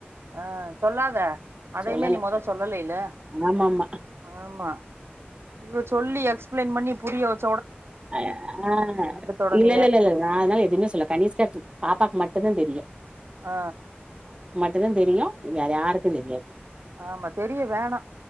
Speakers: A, on the right; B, on the right.
A: ஆ சொல்லாத அதையுமே
B: சொல்லல
A: நீ முத சொல்லலல்ல
B: ஆமாமா
A: ஆமா இவ சொல்லி எக்ஸ்பிளைன் பண்ணி புரியோத்
B: அய ஆ
A: ஒடனேயே
B: இல்ல இல்ல இல்ல இல்ல நா அதனால எதுமே சொல்ல கனிஷ்கா பாப்பாக்கு மட் ப்பதா தெரியு
A: ஆ
B: இதுதா தெரியு வேற யாருக்கு தெரியாது
A: ஆமா தெரிய வேணா